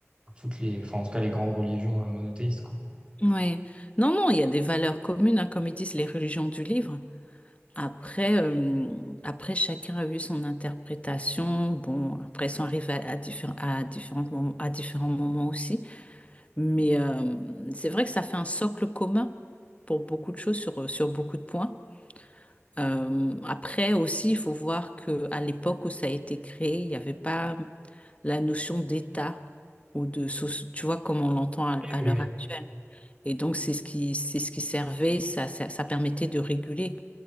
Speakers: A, on the right; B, on the left.
A: toutes les, enfin, en tout cas, les grandes religions euh, monothéistes, quoi.
B: Mm, ouais. Non, non, il y a des valeurs communes, hein, comme ils disent les religions du livre. Après, euh, après, chacun a eu son interprétation. Bon, après, ça arrive à, à diffé- à différents moments, à différents moments aussi. Mais euh, c'est vrai que ça fait un socle commun pour beaucoup de choses, sur, sur beaucoup de points. Euh, après aussi, il faut voir que à l'époque où ça a été créé, il n'y avait pas la notion d'État ou de, soci- tu vois, comme on l'entend à,
A: Oui,
B: à
A: oui,
B: l'heure
A: oui.
B: actuelle. Et donc, c'est ce qui, c'est ce qui servait, ça, ça, ça permettait de réguler.